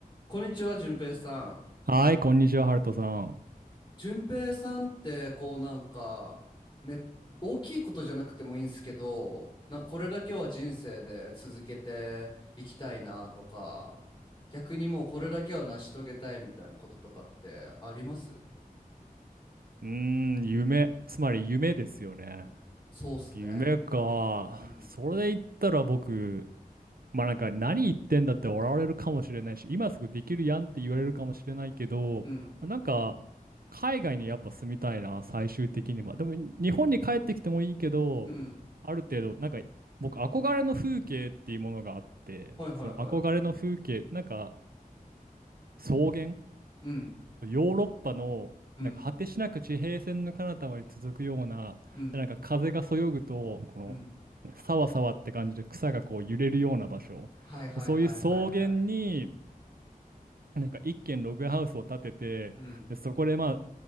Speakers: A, on the left; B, on the right.
A: こんにちは、淳平さん。
B: はい、こんにちは、ハルトさん。
A: 淳平さんって、こうなんか、め、大きいことじゃなくてもいいんですけど、なんかこれだけは人生で続けていきたいなとか、逆にもうこれだけは成し遂げたいみたいなこととかってあります
B: うーん、夢。つまり夢ですよね。
A: そうっすね。
B: 夢か。
A: うん、
B: それで言ったら僕、まあなんか何言ってんだって笑われるかもしれないし、今すぐできるやんって言われるかもしれないけど、
A: うん、
B: まあなんか海外にやっぱ住みたいな、最終的には。でも日本に帰ってきてもいいけど、
A: うん。
B: ある程度、なんか僕憧れの風景っていうものがあって、
A: はいはいはい。
B: その憧れの風景、なんか草原
A: うん、
B: ヨーロッパのなんか果てしなく地平線の彼方まで続くような、
A: うん、うん、
B: で、なんか風がそよぐと、この、
A: うん。
B: ねさわさわって感じで草がこう揺れるような場所。
A: はいはいはいはいはい。
B: そういう草原に、なんか一軒ログハウスを建てて、
A: うん、
B: で、そこでまあ、